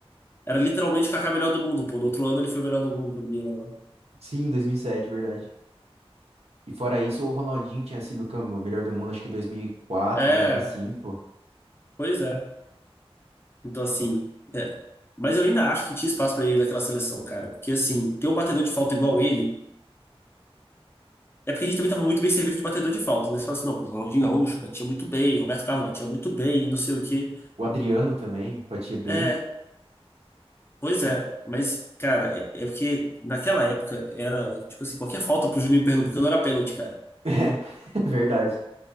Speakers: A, on the left; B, on the right.
A: Era literalmente o Kaká melhor do mundo, pô. No outro ano ele foi o melhor do mundo pelo Milan lá.
B: Sim, em 2007, verdade. E fora isso, o Ronaldinho tinha sido o cam- o melhor do mundo, acho que em 2004,
A: É,
B: 2005.
A: pois é. Então assim, é. Mas eu ainda acho que tinha espaço pra ele naquela seleção, cara. Porque assim, ter um batedor de falta igual ele É porque a gente também estava muito bem servido de batedor de falta, né? Você fala assim, não, pô, Ronaldinho Gaúcho batia muito bem, Roberto Carlos batia muito bem, não sei o quê.
B: O Adriano também batia bem.
A: É, pois é. Mas, cara, é, é porque naquela época era, tipo assim, qualquer falta pro Juninho Pernambucano era pênalti, cara.
B: <laughs> É, verdade.